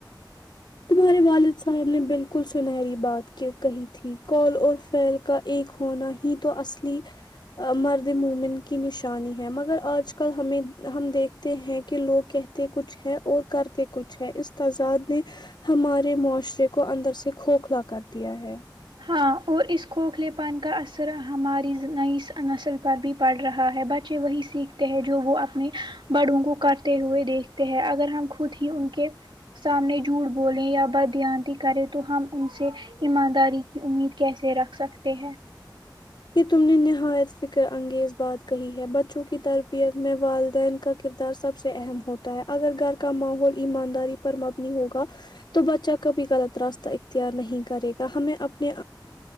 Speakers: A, on the left (about 65°); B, on the right (about 80°).
A: تمہارے والد صاحب نے بالکل سنہری بات کہی تھی کال اور فیل کا ایک ہونا ہی تو اصلی مرد مومن کی نشانی ہے مگر آج کل ہمیں ہم دیکھتے ہیں کہ لوگ کہے تے کچھ ہے اور کرتے کچھ ہے اس تزاد نے ہمارے معاشرے کو اندر سے کھوکھلا کر دیا ہے
B: ہاں اور اس کھوکھلے پن کا اثر ہماری نئی نسل پر بھی پڑھ رہا ہے بچے وہی سیکھتے ہیں جو وہ اپنے بڑوں کو کرتے ہوئے دیکھتے ہیں اگر ہم خود ہی ان کے سامنے جھوٹ بولیں یا بددیانتی کریں تو ہم ان سے ایمانداری امید کیسے رکھ سکتے ہیں
A: یے تم نے نہایت فکر انگیز بات کہی ہے بچوں کی تربیت میں والدین کا کر دار سب سے اہم ہوتا ہے اگر گھر کا ماحول ایمانداری پر مبنی ہوگا تو بچہ کبھی غلط راستہ اختیار نہیں کرے گا ہمیں اپنے